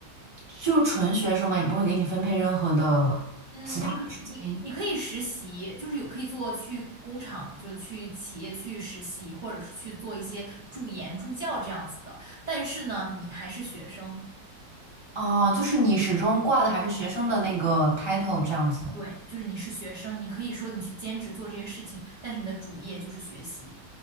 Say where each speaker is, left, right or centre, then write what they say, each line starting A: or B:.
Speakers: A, on the right; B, on the right.
A: 就纯学生嘛，也不会给你分配任何的其他事情。
B: 嗯，你可你你可以实习，就是有可以做去工厂，就去企业去实习，或者是去做一些助研助教这样子的，但是呢，你还是学生。
A: 哦，就是你始终挂的还是学生的那个 title 这样子，
B: 对，就是你是学生，你可以说你去兼职做这些事情，但是你的主业就是学习。